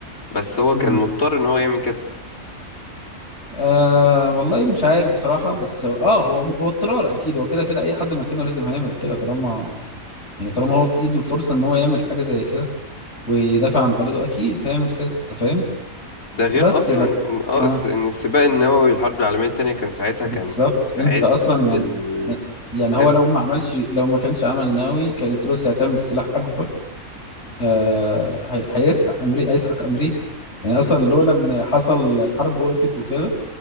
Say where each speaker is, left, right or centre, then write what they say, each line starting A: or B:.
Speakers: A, on the left; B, on the left.
A: بس هو
B: مهم.
A: كان مضطر ان هو يعمل كده
B: آه والله مش عارف بصراحة بس هو- اه هو هو اضطرار اكيد هو كده كده اي حد مكانه لازم هيعمل كده طالما يعني طالما هو في ايده الفرصة ان هو يعمل حاجة زي كده ويدافع عن بلده اكيد هيعمل كده انت فاهم
A: ده غير
B: بس
A: اصلا
B: لكن
A: ان اه
B: اه
A: الس- ان السباق النووي الحرب العالميه التانية كان ساعتها كان
B: بالظبط
A: في
B: انت
A: عز
B: اصلا يعني
A: ال
B: يعني هو
A: فاهم
B: لو ما عملش لو ما كانش عمل نووي كانت روسيا هتعمل سلاح اكبر آه هي- هيسحق امريكا هيسحق امريكا يعني اصلا
A: بالظبط
B: لولا ان حصل الحرب وقفت وكده